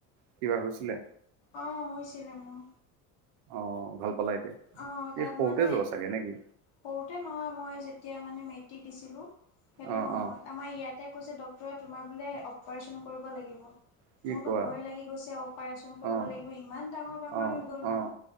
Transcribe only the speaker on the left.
অ' হৈছিলে মোৰ।
অ' তাত
মানে
সৰুতে নহয় মই যেতিয়া তিয়া মানে মেট্ৰিক দিছিলোঁ সেইটো
সময়ত
আমাৰ ইয়াতে কৈছে ডাক্তৰে তোমাৰ বোলে অপাৰেচন কৰিব লাগিব।
মোৰতো
ভয় লাগি গৈছে, অপাৰেচন কৰিব
লাগিব, ইমান ডাঙৰ বেমাৰ
হৈ গ'ল
মোৰ।